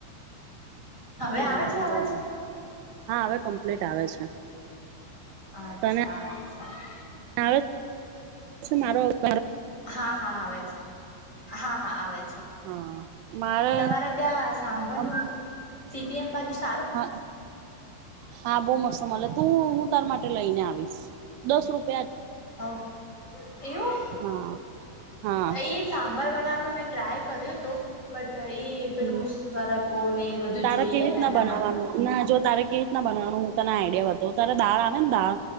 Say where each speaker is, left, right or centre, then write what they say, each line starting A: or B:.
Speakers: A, on the right; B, on the left.
A: <unintelligible>
B: હવે આવે છે અવાજ
A: હા હવે ક <unintelligible> આવે છે.
B: અચ્છા.
A: તને
B: <inaudible>
A: <unintelligible> છે મારો અ
B: હા, હા આવે છે. હા, હા આવે
A: હા મારે
B: તમારે ત્યાં સાંભળમા
A: આમ
B: તી તેમ બાજુ સ
A: હા, હા બહુ મસ્ત મલે. હું-હું તાર માટે લઈ ને આવીશ, દસ રૂપ
B: હા એવું.
A: હા હા
B: ઈ સાંભર <unintelligible> નાનું મે ટ્રાય કર્યું તું. બટ ઈ પેલું
A: હમ.
B: સરગવોને ઈ બધું
A: તારે
B: જોઈએ
A: કેવી રીતના
B: ને એના
A: બનાવવાનું
B: માટે.
A: ના જો તારે કેવી રીતના બનાવવાનું હું આઈડિયા બતાવું તને દાળ આવે ને દાળ?